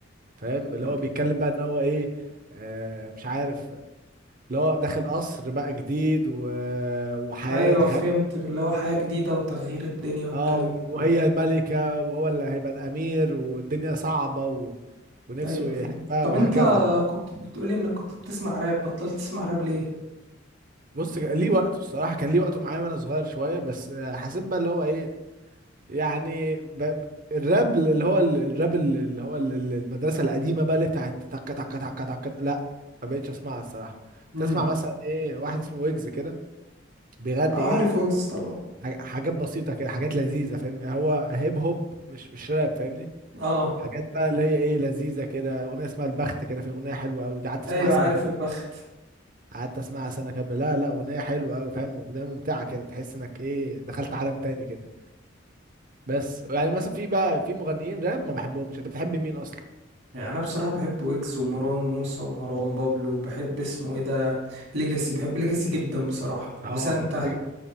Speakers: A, on the right (about 45°); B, on the right (about 75°).
A: فاهم اللي
B: طب
A: هو بيتكلم بقى ان هو ايه آه مش عارف اللي هو داخل قصر بقى جديد و... وحياة
B: ايوه
A: حياة
B: فهمت اللي هو حياة جديدة وتغيير الدنيا والكلام
A: اه
B: ده
A: وهي
B: كله
A: الملكة وهو اللي هيبقى الامير والدنيا صعبة و... ونفسه
B: ايوه فهمت
A: يحبها
B: طب
A: وهكذا
B: انت كنت بتقولي انك كنت بتسمع راب بطلت تسمع راب ليه
A: بص كان ليه وقته الصراحة كان ليه وقته معايا وانا صغير شوية بس آه، حسيت بقى اللي هو ايه يعني ب... الراب اللي هو ال- الراب ال- اللي هو ال- ال- المدرسة القديمة بقى اللي بتاعت تك تك تك تك لا ما بقتش اسمعها الصراحة
B: امم
A: تسمع مثلا ايه واحد اسمه ويجز كده بيغني
B: عارف
A: ايه
B: ويجز طبعا
A: ح- حاجات بسيطة كده حاجات لذيذة فاهم هو هيب هوب مش مش راب فاهمني
B: اه
A: حاجات بقى اللي هي ايه لذيذة كده اغنية اسمها البخت كده في اغنية حلوة قوي دي قعدت اسمعها
B: ايوه
A: سنة
B: عارف
A: كاملة
B: البخت
A: قعدت اسمعها سنة كاملة لا لا اغنية حلوة قوي فاهم اغنية ممتعة كده تحس انك ايه دخلت عالم تاني كده بس يعني مثلا في بقى في مغنيين راب ما بحبهمش انت بتحب مين اصلا
B: يعني انا بصراحه بحب ويجز ومروان موسى ومروان بابلو بحب اسمه ايه ده ليجاسي بحب ليجاسي جدا بصراحه
A: اه
B: وسانتا
A: ليج-